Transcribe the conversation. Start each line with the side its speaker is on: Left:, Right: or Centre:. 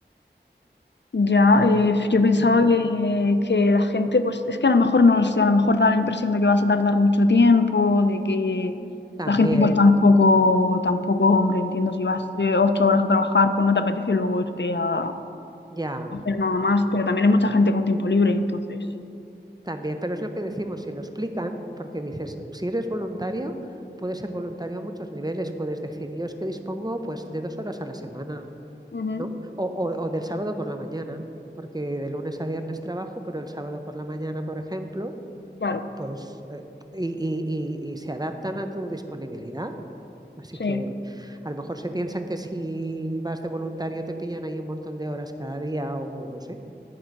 Left: Ya, eh, yo pensaba
Right: Sí.
Left: que, que la gente, pues es que a lo mejor no lo sé, a lo mejor da la impresión de que vas a tardar mucho tiempo, de que
Right: También,
Left: la gente pues tampoco, tampoco, hombre, entiendo, si vas eh, ocho horas a trabajar, pues no te apetece luego irte a
Right: ya,
Left: hacer nada más, pero también hay mucha gente con tiempo libre, entonces.
Right: también, pero es lo que decimos, si lo explican, porque dices, si eres voluntario, puedes ser voluntario a muchos niveles, puedes decir, yo es que dispongo pues de dos horas a la semana,
Left: Ujú,
Right: ¿no? O, o- o del sábado por la mañana, porque de lunes a viernes trabajo, pero el sábado por la mañana, por ejemplo,
Left: claro,
Right: pues, eh, y, y- y- y se adaptan a tu disponibilidad. Así
Left: sí.
Right: que a lo mejor se piensan que si vas de voluntario te pillan ahí un montón de horas cada día o no sé.